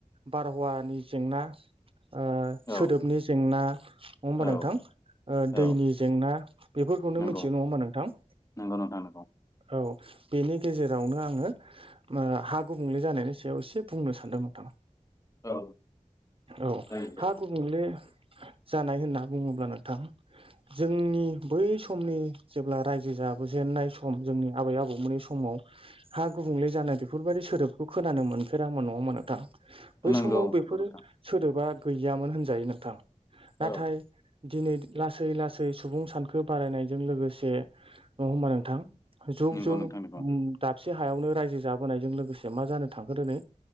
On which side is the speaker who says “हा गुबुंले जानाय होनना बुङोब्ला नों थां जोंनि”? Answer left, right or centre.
Right